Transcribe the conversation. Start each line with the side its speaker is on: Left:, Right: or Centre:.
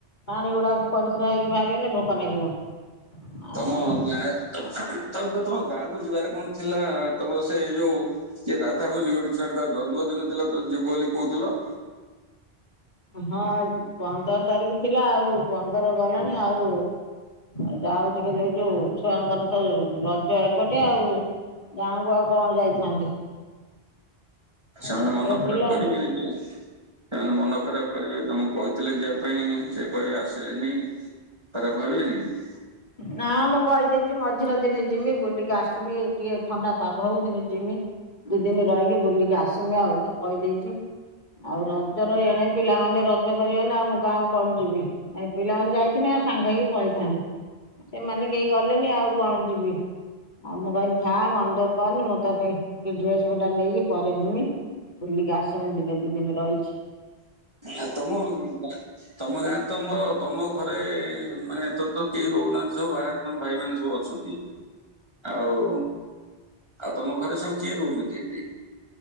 Left: ପାଣି ଗୁଡାକ ପରିସ୍ରା ହେଇକି ବାହାରିଗନେ ଭୋକ ନାଗିବ। ଆଉ
Right: ତୋମ ଗାଁ ତମ ତୋମ ବା ତୋମ ଗାଁକୁୁ ଯିବାରେ କଣ ଥିଲା? ତୋମ ସେଇ ଯୋଉ କିଏ ରାଧା ବୋଲି ଗୋଟେ ଛୁଆଟେ ତା ଜନ୍ମଦିନ ଥିଲା ତୋମେ ଯିବ ବୋଲି କହୁଥିଲ?
Left: ହଁ ପନ୍ଦର ତାରିଖ ଥିଲା, ଆଉ ପନ୍ଦର ଗଲାଣି, ଆଉ ଏ ଯାଉଚି କେତେଳେ ଯୋଉ ଛୁଆଙ୍କର ତ ରଜ ଏପଟେ ଆଉ। ଗାଁକୁ ଆଉ କଣ ଯାଇଥାନ୍ତି।
Right: ସେମାନେ
Left: ରଜ
Right: ମନ ଖରାପ
Left: ଥିଲା
Right: କରିବେନି ଯୋଉ ସେମାନେ ମନ ଖରାପ କରିବେ, ତୋମକୁ କହିଥିଲେ ଯିବା ପାଇଁ ସେ କହିବେ ଆସିଲେନି। ଖରାପ ଭାବିବେନି କି?
Left: ନା ମୁଁ କହିଦେଇଚି ମଝିରେ ଦିନେ ଯିମି ବୁଲିକି ଆସିମି, ଟିକେ ଥଣ୍ଡା ପାଗ ହଉ ଦିନେ ଯିମି। ଦି ଦିନି ରହିକି ବୁଲିକି ଆସିମି ଆଉ ତାକୁ କହିଦେଇଚି। ଆଉ ରଜର ଏଣେ ପିଲାମାନେ ରଜ କରିବେ ନା ଆଉ ଗାଁ କଣ ଯିମି। ଏ ପିଲାମାନେ ଯାଇଥଥିନେ ଆଉ ସାଙ୍ଗ ହେଇକି ପଳେଇଥାଆନ୍ତି। ସେମାନେ କେହି ଗଲେନି ଆଉ କଣ ଯିବି। ଆଉ ମୁଁ କହିନି ଥା ମନ ଦୁଃଖ କରନି ମୁଁ ତ ନେ ଇ ଡ୍ରେସ୍ ପଟା ନେଇକି ପରେ ଯିମି। ବୁଲିକି ଆସିମି ଦିନେ ଦି ଦିନ ରହିଛି।
Right: ଆ, ତୋମ ଗାଁ ତୋମ ଗାଁରେ ତୋମ ତୋମ ଘରେ ମାନେ ଏତତ କେଇ ରହୁନାହାନ୍ତି, ସବୁ ବାହାରେ ତୋମ ଭାଇମାନେ ସବୁ ଅଛନ୍ତି। ଆଉ ଆଉ ତୋମ ଘରେ ସବୁ କିଏ ରହୁଛନ୍ତି ଏଠି?